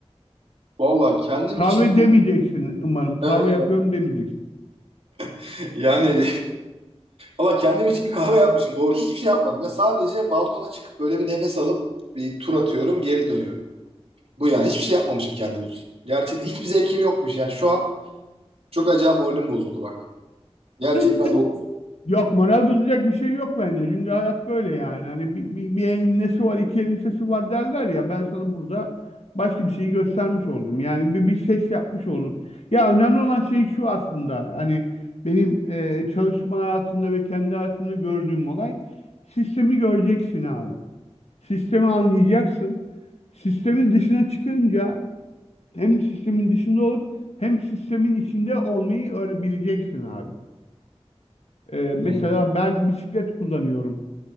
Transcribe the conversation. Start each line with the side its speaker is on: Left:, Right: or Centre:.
Right: Vallahi kendim
Left: Kahve
Right: için
Left: demeyeceksin
Right: bu
Left: umarım. Kahve
Right: evet.
Left: yapıyorum demeyeceksin.
Right: <laughs> yani Valla kendim için bir kahve yapmışım. Doğru hiçbir şey yapmadım. Ya sadece balkona çıkıp böyle bir nefes alıp bir tur atıyorum, geri dönüyorum. Bu yani hiçbir şey yapmamışım kendim için. Gerçekten hiçbir zevkim yokmuş. Yani şu an çok acayip moralim bozuldu bak. Gerçekten
Left: <laughs>
Right: doğru.
Left: Yok moral bozacak bir şey yok bence. Çünkü hayat böyle yani. Hani bir, bir, bir elin nesi var, iki elin sesi var derler ya. Ben sana burada başka bir şeyi göstermiş oldum. Yani bir, bir ses yapmış olduk. Ya önemli olan şey şu aslında. Hani benim e, çalışma hayatımda ve kendi hayatımda gördüğüm olay sistemi göreceksin abi. Sistemi anlayacaksın. Sistemin dışına çıkınca hem sistemin dışında olup hem sistemin içinde olmayı öğrenebileceksin abi. Ee, mesela
Right: Hmm.
Left: ben bisiklet kullanıyorum.